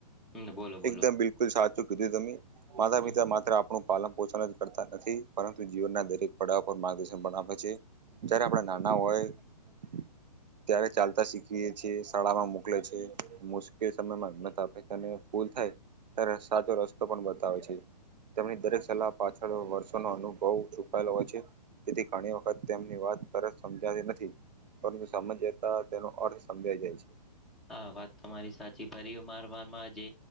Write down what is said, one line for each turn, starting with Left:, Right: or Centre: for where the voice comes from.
Centre: હમ બોલો
Right: એકદમ
Centre: બોલો
Right: બિલકુલ સાચું કીધું તમે માતા
Centre: હમ
Right: પિતા માત્ર આપણું પાલન પોષણ જ કરતા નથી પરંતુ જીવનના દરેક પડાવ પર માર્ગદર્શન પણ આપે છે જયારે આપણા નાના હોય <inaudible> ત્યારે ચાલતા શીખીએ છીએ શાળામાં મોકલે છે મુશ્કેલ સમયમાં <inaudible> આપેને ભૂલથાય ત્યારે સાચો રસ્તો પણ બતાવેય છે તેમની દરેક સલાહ પાછળ વર્ષોનોો અનુભવ છુપાયેલો હોય છે તેથી ઘણી વખત તેમની વાત તરત સમજાતી નથી પણ સમજતા તેનો અર્થ સમજાઈ જાય છે
Centre: હા વાત તમારી સાચી ફરી મારવાવામાં જે